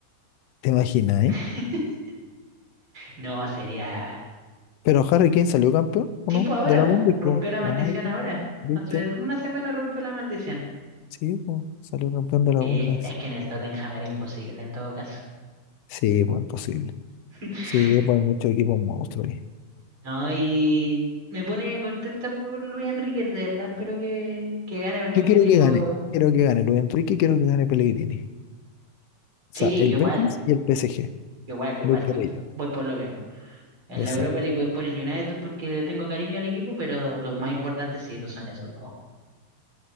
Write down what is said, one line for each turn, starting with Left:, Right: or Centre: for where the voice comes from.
Left: te imaginas, ¿eh?
Right: <laughs> No, sería.
Left: Pero Harry Kane salió campeón, ¿o
Right: Sí,
Left: no?
Right: pues ahora,
Left: De la
Right: pues,
Left: Bundesliga.
Right: rompió la maldición
Left: Ah, ya,
Right: ahora.
Left: ¿viste?
Right: Hace una semana rompió la maldición.
Left: Sí, po, salió campeón de la
Right: Sí,
Left: Bundesliga.
Right: es que en el Tottenham era imposible en todo caso.
Left: Sí, pues imposible.
Right: <laughs>
Left: Sí, pues hay muchos equipos monstruos ahí.
Right: No, y me pone contenta por Luis Enrique, de verdad espero que, que gane, porque
Left: Yo
Right: es
Left: quiero
Right: un tipo.
Left: que gane. Quiero que gane Luis Enrique, quiero que gane Pellegrini. O
Right: Sí,
Left: sea, el
Right: yo
Left: Betis
Right: igual,
Left: y el PSG.
Right: yo igual, yo igual,
Left: Voy por
Right: voy,
Left: ello.
Right: voy por lo mismo. En
Left: Exacto.
Right: la Europa le voy por el United porque le tengo cariño al equipo, pero los más importantes sí pues son esos dos.